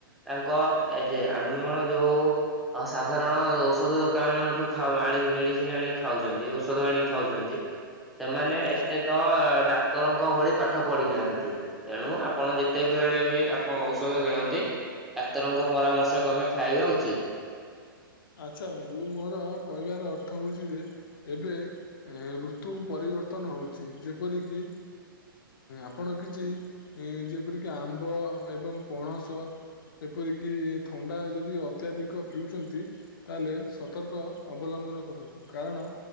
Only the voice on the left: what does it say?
ଆଚ୍ଛା
ଆଚ୍ଛା ବନ୍ଧୁ ମୋର କହିବାର ଅର୍ଥ ହଉଛି ଯେ ଏବେ ଏଁ ଋତୁ ପରି ପରିବର୍ତ୍ତନ ହଉଛି ଯେପରିକି ଆପଣ କିଛି ଯେପରିକି ଆମ୍ବ ଏବଂ ପଣସ ଏପରିକି ଥଣ୍ଡା ଯଦି ଅତ୍ୟଧିକ ପିଉଚନ୍ତି ତାହେଲେ ସତର୍କ ଅବଲମ୍ବନ କରନ୍ତୁ କାରଣ